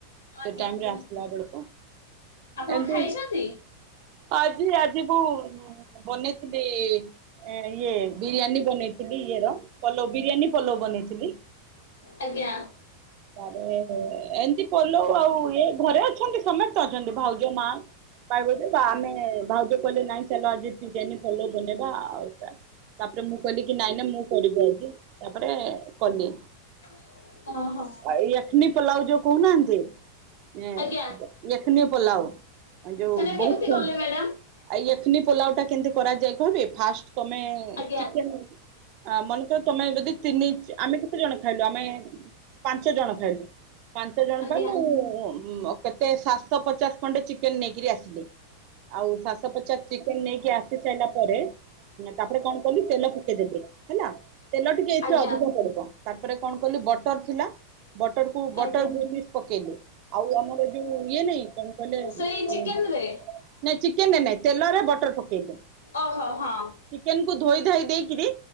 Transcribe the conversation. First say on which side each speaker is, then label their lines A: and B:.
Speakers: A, on the right; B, on the left.
A: ସେ
B: ଆଜ୍ଞା
A: ଟାଇମରେ
B: ଆଜ୍ଞା
A: ଆସିଲା ବେଳକୁ
B: ଆପଣ
A: ଏମତି
B: ଖାଇଛନ୍ତି?
A: ଆଜି ଆଜି ମୁଁ ବନେଇଥିଲି ଇଏ ବିରିୟାନୀ ବନେଇଥିଲି ଇଏରଲ ପଲ ବିରିୟାନୀ ପଳ ବନେଇଥିଲି।
B: ଆଜ୍ଞା
A: ତାପରେ ଏମିତି ପଲଉ ଆଉ ଇ ଘରେ ଅଛନ୍ତି ସମସ୍ତେ ଅଛନ୍ତି ଭାଉଜ ମା ପାଇବ ଯେ ଆମେ ଭାଉଜ କହିଲେ ନାଇଁ ଚାଲ ଆଜି ବିରିୟାନୀ ପଲଉ ବନେଇବା ଆଉା ତାପରେ ମୁଁ କହିଲି କି ନାଇଁ ନାଇଁ ମୁଁ କରିବି ଆଜି ତାପରେ କଲେ
B: ଓହ
A: ଆ ଏନି <inaudible> ପଲାଉ ଯୋଉ କହୁନାହାନ୍ତି। ଏଁ
B: ଆଜ୍ଞା
A: ଏଖନ <inaudible> ପୋଲା ଓ ଯଉ
B: ସେଟା
A: ବହୁତ
B: କେମିତି କଲେ ମ୍ୟାଡାମ?
A: ଆ <inaudible> ଚିକେନ ପୋଲାଉ ଟା କେମିତି କରାଯା ଫାଷ୍ଟ ତମେ
B: ଆଜ୍ଞା
A: ଚିକେନ ହଁ ମଟୋନ ତମେ ଯଦି ତିନି ଆମେ କେତେ ଜଣ ଖାଇଲୁ ଆମେ ପାଞ୍ଚ ଜଣ ଖାଇଲୁ ପାଞ୍ଚ ଜଣ
B: ଆଜ୍ଞା
A: ପାଇ ମୁଁ- କେତେ ସାତଶହ ପଚାଶ ଖଣ୍ଡେ ଚିକେନ ଚିକେନ ନେଇକରି ଆସିଲି ଆଉ ସାତ ଶହ ପଚାଶ ଚିକେନ ନେଇକି ଆସି ସାରିଲା ପରେ ତାପରେ କଣ କଲି ତେଲ ପକେଇଦଲି ହେଲା ତେଲ ଟିକେ
B: ଆଜ୍ଞା
A: ଏଇଥିରେ ଅଧିକ ବଡିବ ତାପରେ କଣ କହଲି ବଟର ବଟର କୁ ବଟର
B: ଆଜ୍ଞା
A: ଦୁଇ ପିସ ପକେଇଲେ ଆଉ ଆମର ଯୋଉ ଇଏ ନାଇଁ କଣ କହିଲେ ନାଇଁ
B: ସେଇ ଚିକେନ ରେ
A: ଚିକେନ ଚିକେନ ରେ ନାଇଁ ତେଲରେ ବଟର ପକେଇଲେ
B: ଓହୋ ହଁ
A: ଚିକେନ କୁ ଧୋଇ ଧୋଇ ଦେଇକିରି